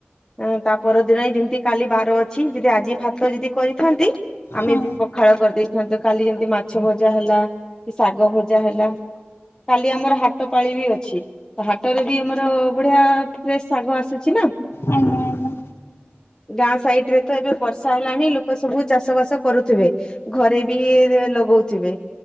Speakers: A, on the left; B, on the left.
A: ଏଁ ତା ପରଦିନ ଏଇ ଯେମିତି କାଲି ବାର ଅଛି ଯି ଆଜି ଭାତ ଯିଦି କରିଥାନ୍ତି
B: ହଁ
A: ଆମେ ବି ପଖାଳ କରିଦେଇଥାନ୍ତୁ କାଲି ଯେମିତି ମାଛ ଭଜା ହେଲା କି ଶାଗ ଭଜା ହେଲା କାଲି ଆମର ହାଟ ପାାଳି ବି ଅଛି। ହାଟରେ ବି ଆମର ବଢିଆ ଫ୍ରେଶ୍ ଶାଗ ଆସୁଛି ନା।
B: ଆଜ୍ଞା ଆଜ୍ଞା।
A: ଗାଁ ସାଇଡ୍ ରେ ତ ଏବେ ବର୍ଷା ହେଲାଣି ଲୋକ ସବୁ ଚାଷ ବାସ କରୁଥିବେ ଘରେ ବି ଲଗଉଥିବେ